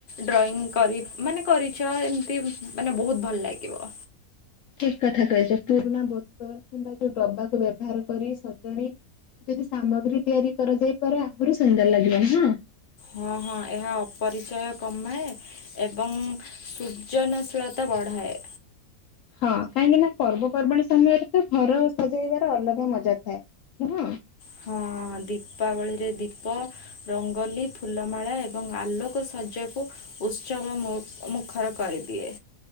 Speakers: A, on the left (about 35°); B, on the left (about 65°).
A: ଡ୍ରଇଂ କରି ମାନେ କରିଚ, ଏମତି ମାନେ ବହୁତ ଭଲ ଲାଗିବ।
B: ଠିକ୍ କଥା କହିଚ, ପୁରୁଣା ବୋତଲ୍ କିମ୍ବା ଯୋଉ ଡବାକୁ ବ୍ୟବହାର କରି, ସଜାଡି ଯଦି ସାମଗ୍ରୀ ତିଆରି କରାଯାଇ ପରେ ଆହୁରି ସୁନ୍ଦର ଲାଗିବ ନା
A: ହଁ ହଁ ଏହା ଅପରିଚୟ କମାଏ ଏବଂ ସୃଜନଶୀଳତା ବଢାଏ
B: ହଁ କାହିଁକି ନା ପର୍ବପର୍ବାଣୀ ସମୟରେ ତ ଘର ସଜେଇବାର ଅଲଗା ମଜା ଥାଏ କୁହ
A: ହଁ ଦୀପାବଳିରେ ଦୀପ ରଙ୍ଗୋଲି ଫୁଲମାଳ ଏବଂ ଆଲୋକ ସର୍ଯ୍ୟାକୁ ଉତ୍ସବ ମୁ ମୁଖର କରିଦିଏ